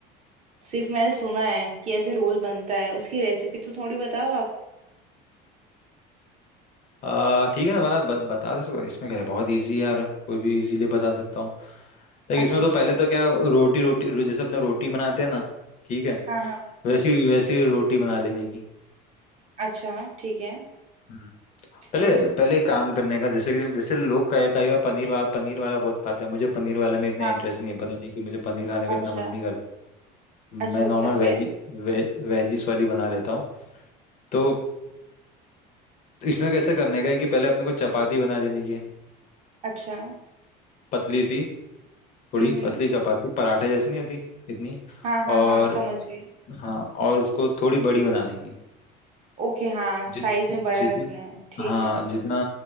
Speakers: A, on the right; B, on the left.
A: सिर्फ मैंने सुना है कि ऐसे रोल बनता है उसकी रेसिपी तो थोड़ी बताओ आप
B: आ, ठीक है ना बना ब, बता दे सकते हो। इसमें क्या है बहुत इजी है यार कोई भी इजीली बता सकता हूँ देख
A: अच्छा
B: इसमें
A: अच्छा
B: तो पहले तो क्या रोटी रोटी रो- जैसे अपने रोटी बनाते हैं ना ठीक है
A: हाँ हाँ
B: वैसी वैसी रोटी बना लेने की
A: अच्छा ठीक है
B: हम्म।
A: फिर
B: पहले पहले एक काम करने का जैसे कि जैसे लोग कई कई बार पनीर वाला पनीर वाला बहुत खाते हैं मुझे पनीर वाला में इतना
A: हाँ
B: इंटरेस्ट
A: हाँ,
B: नहीं है पता नहीं कि मुझे पनीर खाने का
A: अच्छा
B: इतना मन नहीं करता मैं
A: अच्छा अच्छा
B: नॉर्मल वेजी
A: फिर
B: वे, वेजिस वाली बना लेता हूँ तो तो इसमें कैसे करने का है कि पहले अपने को चपाती बना लेनी की है
A: अच्छा हम्म
B: पतली सी थोड़ी
A: हम्म
B: पतली चपाती पराठे जैसी नहीं आती इतनी
A: हाँ हाँ
B: और
A: हाँ समझ गई
B: हाँ और उसको थोड़ी बड़ी बनाने की
A: ओके हाँ
B: जि,
A: साइज
B: जितना
A: में बड़ा रखना है ठीक
B: हाँ
A: है
B: जितना